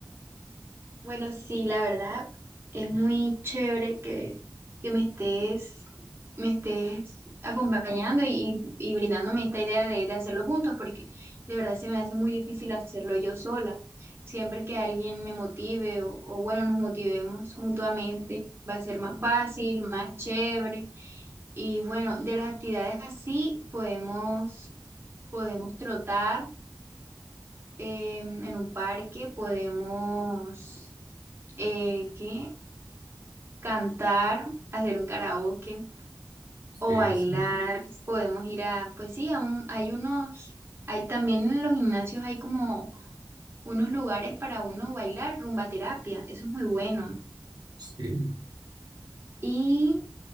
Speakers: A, on the right; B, on the right.
A: Bueno, sí, la verdad es muy chévere que, que me estés, me estés acompañando y, y- y brindándome esta idea de, de hacerlo juntos, porque de verdad se me hace muy difícil hacerlo yo sola. Siempre que alguien me motive o, o bueno, nos motivemos mutuamente, va a ser más fácil, más chévere. Y bueno, de las actividades así podemos... Podemos trotar em, en un parque, podemos eh, ¿qué? Cantar, hacer un karaoke
B: Sí,
A: o bailar.
B: sí,
A: Podemos ir a, pues sí, a un- hay unos, hay también en los gimnasios hay como unos lugares para uno bailar, rumba terapia, eso es muy bueno.
B: sí.
A: ¿Y